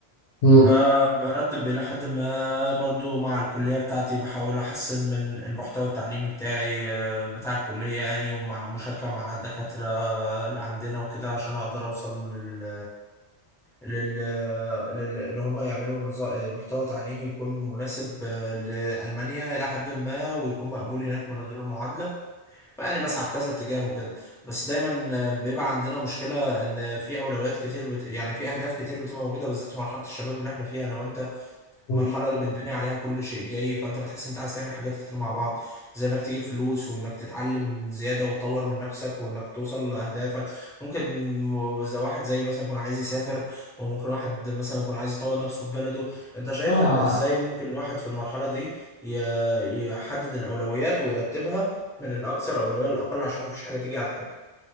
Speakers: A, on the left (about 80°); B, in the centre.
A: مم.
B: فبرتب الى حد ما برضه مع الكليه بتاعتي بحاول احسن من المحتوى التعليمي بتاعي آه، بتاع الكليه يعني ومع مشاركه مع دكاتره اللي عندنا وكده عشان اقدر اوصل لل لل, لل... ان هم يعملوا نظام محتوى تعليمي يكون مناسب آه، لألمانيا الى حد ما ويكون مقبول هناك من غير معادلة فيعني بسعى في كذا اتجاه وكده بس دايما آه، بيبقى عندنا مشكلة ان في اولويات كتير بت... يعني في اهداف كتير بتبقى موجودة بالذات في مرحلة الشباب اللي احنا فيها انا وانت
A: مم.
B: المرحلة اللي بتبني عليها كل شيء جاي فانت بتحس انت عايز تعمل حاجات كتير مع بعض زي انك تجيب فلوس وانك تتعلم زيادة وتطور من نفسك وانك توصل لأهدافك ممكن م- زي واحد زي مثلا يكون عايز يسافر وممكن واحد مثلا يكون عايز يطور نفسه في بلده انت شايف
A: آه
B: ان ازاي ممكن الواحد في المرحلة دي ي- يحدد الأولويات ويرتبها من الأكثر أولوية للأقل عشان ما فيش حاجة تيجي على حاجة